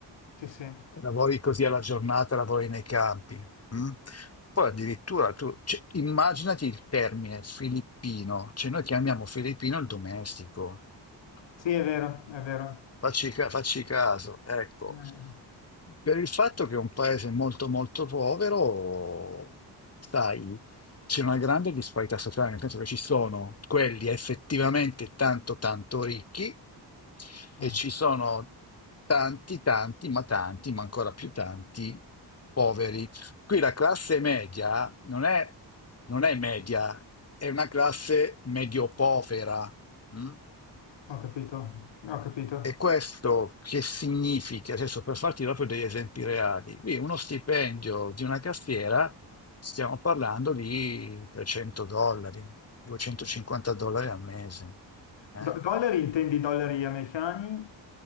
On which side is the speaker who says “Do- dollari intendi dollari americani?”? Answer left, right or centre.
Left